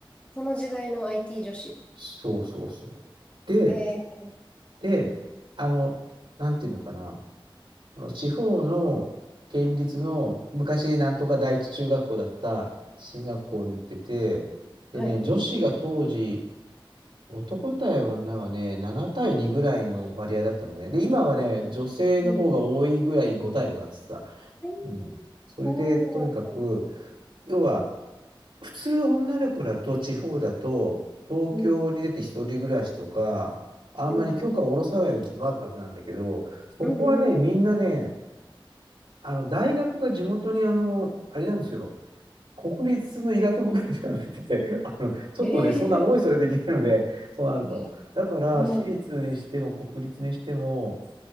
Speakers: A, on the left; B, on the right.
A: その時代の IT 女子。
B: そうそうそう。で、
A: え
B: で、あの、なんていうのかな、あの地方の県立の昔なんとか第一中学校だった進学校に行ってて、でね、
A: ー、はい。
B: 女子が当時、男対女がね、7対2ぐらいの割合だったのね。で、今はね、女性の方が多いぐらい5対5だってさ。
A: うん。えー
B: うん。それで、
A: おー、
B: とにかく、要は、普通女の子だと地方だと東京に出て一人暮らしとかあんまり許可を下ろさないうちもあるはずなんだけどそこはねみんなね
A: うん、うん、うん、うん、うん。う
B: あの大学が地元にあのあれなんですよ国立の医学部ぐらいしかなくて <laughs> あのちょっとねそんな思いそれといけないのでそうなるとだから私立にしても国立にしても
A: んええわうん、